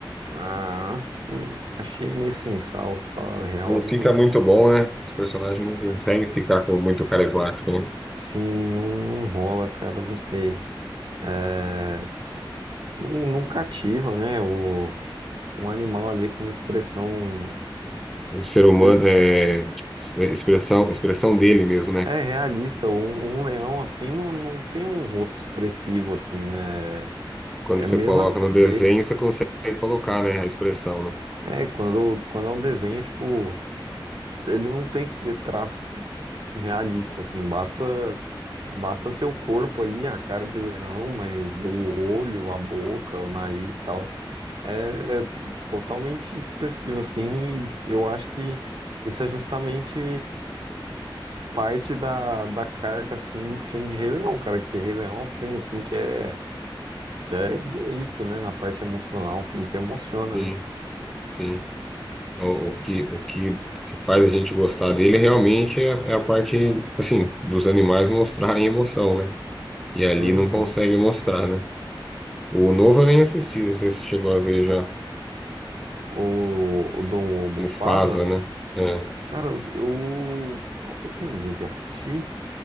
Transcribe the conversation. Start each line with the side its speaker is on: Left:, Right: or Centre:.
Right: Ah, hum, achei meio sem sal, pra falar a real.
Centre: Não
Right: viu?
Centre: fica
Right: Não-
Centre: muito bom, né? Os personagens não conseguem
Right: é,
Centre: ficar com muito carismático, né?
Right: Sim, não, não rola, cara, não sei. É, s- não, não cativa, né? O, um animal ali como expressão.
Centre: O ser humano
Right: Ele,
Centre: é é expressão, expressão dele mesmo, né?
Right: É realista, um, um leão assim não, não tem um rosto expressivo assim, né? É
Centre: Quando
Right: é
Centre: você
Right: meio
Centre: coloca
Right: nada
Centre: no
Right: a ver.
Centre: desenho, você consegue colocar, né, a expressão, né?
Right: É, quando, quando é um desenho, tipo, ele não tem que ter traço realista, assim, basta, basta ter o corpo ali, a cara de leão, mas o olho, a boca, o nariz e tal, é, é totalmente expressivo, assim, e eu acho que isso é justamente parte da, da carga, assim, do filme de Rei Leão, cara, que Rei Leão é um filme, assim, que é Que é bonito, né? Na parte emocional, um filme que emociona,
Centre: Sim,
Right: né?
Centre: sim. O, o que, o que, que faz a gente gostar dele realmente é, é a parte, assim, dos animais mostrarem emoção, né? E ali
Right: Uhum.
Centre: não consegue mostrar, né? O novo eu nem assisti, não sei se você chegou a ver já.
Right: O, o do Mufasa,
Centre: Mufasa, né? É.
Right: cara, eu, eu, eu terminei de assistir,